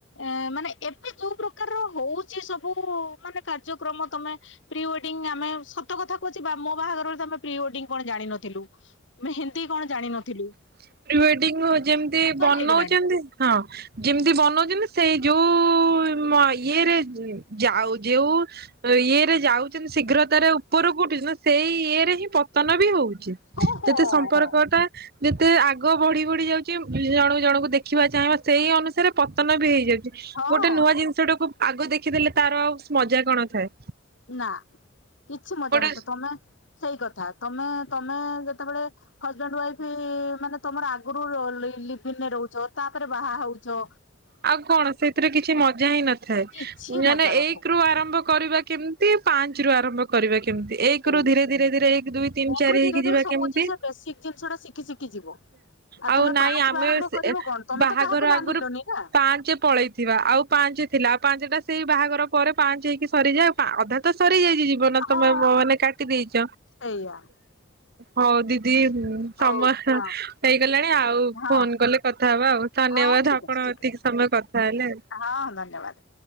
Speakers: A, on the left (about 65°); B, on the right (about 50°).
A: ଏଁ ମାନେ ଏବେ ଯୋଉ ପ୍ରକାରର ହଉ ଚି ସବୁ ମାନେ କାର୍ଯ୍ୟକ୍ରମ ତମେ ପ୍ରିୱେଡିଙ୍ଗ ଆମେ ସତ କଥା କହୁଚି ଆ ମୋ ବାହାଘର ବଳ ଆମେ ପ୍ରିୱେଡିଂ କଣ ଜାଣିନଥିଲୁ, ଆମେ ହିନ୍ଦୀ କଣ ଜାଣିିନଥିଲୁ?
B: ପ୍ରିୱେଡିଙ୍ଗ ଯେମତି ବନଉଚନ୍ତି
A: ହେଇଗଲାଣି।
B: ହଁ ଯେମତି ବନଉଚନ୍ତି ସେଇ ଯୋଉ ଉ ମ ଇଏରେ ଯାଉଚନ୍ତି ଯେଉ ଇଏରେ ଯାଉଚନ୍ତି ଶୀଘ୍ର ତାର ଉପରକୁ ସେଇ ଇଏରେ ହିଁ ପତନ ବି ହଉଚି,
A: ହଁ ହଁ
B: ଯେତେ ସମ୍ପର୍କ
A: ହଁ।
B: ଟା ଯେତେ ଆଗ ବଢି ବଢି ଯାଉଚି, ଜଣ ଜଣଙ୍କୁ ଦେଖିବା ଚାହିଁ ସେଇ ଅନୁସାରେ ପତନ ବି ହେଇଯାଉ
A: ହଁ
B: ଗୋଟେ ନୂଆ ଜିନିଷ ଟାକୁ ଆଗ ଦେଖିଦେଲେ ତାର ଆଉ ମଜା କଣ ଥାଏ?
A: ନା କିଛି ମଜା
B: ଗୋଟେ
A: ନଥାଏ, ତମେ ସେଇ କଥା ତମେ ତମେ ଯେତେବେଳେ ହଜବେଣ୍ଡ ୱାଇଫ ମାନେ ତମର ଆଗରୁ ଲିଭିଂ ରେ ରହୁଚ ତା ତାପରେ ବାହା ହଉଚ?
B: ଆଉ କଣ ସେଥିରେ କିଛି ମଜା ହିଁ ନଥାଏ,
A: କିଛି
B: ମାନେ
A: ମଜା ନଥାଏ
B: ଏକ ରୁ ଆରମ୍ଭ କରିବା କେମତି ପାଞ୍ଚ ରୁ ଆରମ୍ଭ କରିବା କି କେମତି ଏକ
A: ସେଇଆ
B: ରୁ ଧୀରେ ଧୀରେ ଧୀରେ ଏକ ଦୁଇ ତିନି
A: ତାଙ୍କରୁ
B: ଚାରି ହେଇକି
A: ଧୀରେ ଧୀରେ
B: ଯିବା
A: ସବୁ
B: କେମିତି?
A: ଜିନିଷ ବେସିକ ଜିନିଷ ଟା ଶିଖି ଶିଖି ଯିବ
B: ଆଉ
A: ତମେ
B: ନାଇଁ
A: ପାଞ୍ଚରୁ
B: ଆମେ
A: ଆରମ୍ଭ କରିବ
B: ଏ
A: କଣ ତମେ
B: ବାହାଘର
A: ତ କାହାକୁ ମାନିଲନି
B: ଆଗରୁ
A: ନା
B: ପାଞ୍ଚ ପଳେଇଥିବା ଆଉ ପାଞ୍ଚ ଥିଲା ଆଉ ପାଞ୍ଚ ଟା ସେଇ ବାହାଘର ପରେ ପାଞ୍ଚ ହେଇକି ସରିଯାଏ। ଅଧା ତ ସରିଯାଇ ଯିବ ନା
A: ହଁ
B: ତମେ ମାନେ କାଟି ଦେଇଚ,
A: ସେଇଆ
B: ହଉ ଦିଦ ଦି ସମୟ
A: ହଉ ହଁ
B: ହେଇଗଲାଣି ଆଉ
A: ହଁ
B: ଫୋନ କଲେ କଥା ହବା ଆଉ ଧନ୍ୟବାଦ
A: ହଁ ଠିକ
B: ଆପଣ
A: ଅଛି ଠିକ
B: ଏତିକି ସମୟ କଥା ହେଲେ।
A: ହଁ ହଁ ଧନ୍ୟବାଦ।